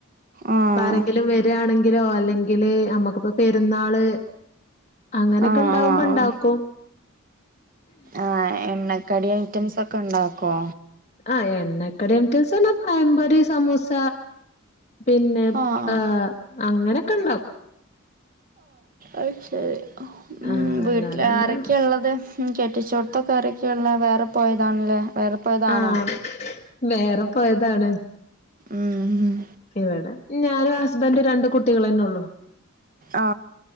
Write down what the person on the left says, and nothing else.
ഇപ്പ ആരെങ്കിലും വരുകാണെങ്കിലോ അല്ലെങ്കില് നമ്മക്കിപ്പോ പെരുന്നാള് അങ്ങനൊക്കെ
ഇണ്ടാവുമ്പോ
ണ്ടാക്കും
ആ എണ്ണക്കടി ഐറ്റംസ് പഴംപൊരി സമൂസ പിന്നെ
ആ അങ്ങനെയൊക്കെ ഇണ്ടാ
ആഹ്
അല്ലാതെ അങ്ങനെ
ആഹ് വേറെ പോയതാണ്.
ഇവിടെ ഞാനും ഹസ്ബൻഡും രണ്ട് കുടികളെന്നെ ഒള്ളു